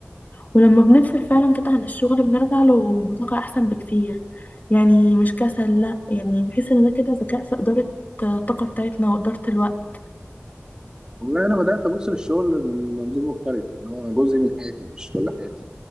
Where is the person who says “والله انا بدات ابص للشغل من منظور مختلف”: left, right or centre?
Right